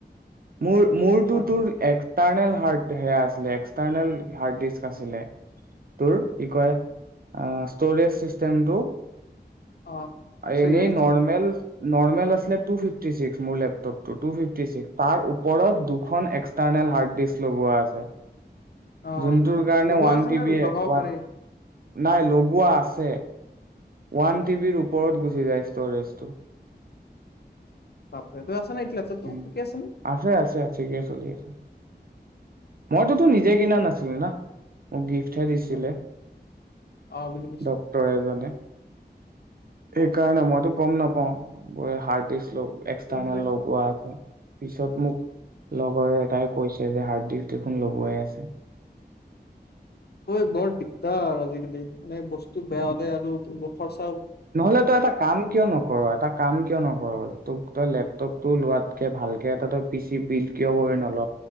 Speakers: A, on the right (about 55°); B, on the left (about 65°).
A: মোৰ মোৰ
B: ওৱান
A: তোৰ এক্সটাৰনেল সে আ আছিলে এক্সতৰ্নেল হাৰ্দ্দিস্ক আছিলে তোৰ কি কয় আজ ষ্ট'ৰেজ চিষ্টেমটো
B: অ এক্স
A: এনে
B: ইউ এছ
A: নৰ্মেল
B: ডি
A: নৰ্মেল আছিললে টু ফিফটি ছিক্স মোৰ লেপটটো টু ফিফটি ছিক্স তাৰ ওপৰত দুখন এক্সটাৰ্নেল হাৰ্ড ডিস্ক লগোৱা আছে
B: অ
A: যোনটোৰ কাৰণে
B: লগোৱা
A: ওৱান
B: আছে
A: টি
B: নে
A: বি
B: লগাব
A: এ ওৱান
B: পাৰি
A: নাই লগোৱা আছে ওৱান টি বিৰ ওপৰত গুচি যায় ষ্ট'ৰেজটো
B: বাপৰে তই নে এতিয়া লেপটপটো
A: উম
B: ঠিকে আছে নে
A: আছে আছে ঠিকে চলি আছে মইতোতো নিজে কিনা নাছিলো না মোক গিফ্টহে দিছিলে
B: অ অ বুজি পাইছো
A: ডক্তৰ এজনে সেইকাৰনে
B: অ,
A: মইটোক গম নাপাওঁ হাৰ্ডডিস্ক এক্সটাৰ্নেল
B: গম পাইছো
A: লগোৱা আছে পিছত মোক লগৰে এটাই কৈছে তে হাৰ্ড ডিস্ক দেখোন লবোৱাই আছে
B: ঐ বৰ দিগদাৰ আজিকালি মানে বস্তু বেয়া হলে আৰু খৰচ
A: নহলে তই এটা কাম কিয় নকৰ এটা কাম কিয় নকৰে তোক তই লেপটপতটো লোৱাতকে ভালকে এটা তই পি চি বিল কিয় কৰি নল